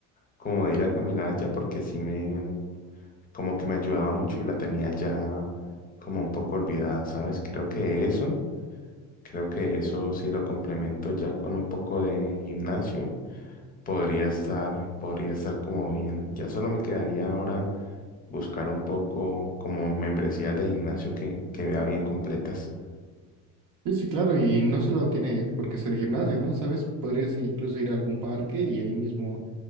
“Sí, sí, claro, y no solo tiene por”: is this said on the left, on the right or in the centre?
Right